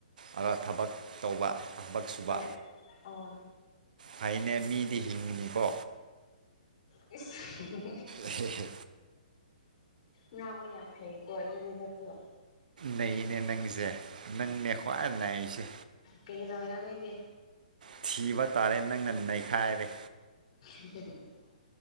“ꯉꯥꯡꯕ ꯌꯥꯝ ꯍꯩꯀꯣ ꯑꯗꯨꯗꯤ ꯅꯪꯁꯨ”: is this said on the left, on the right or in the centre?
Left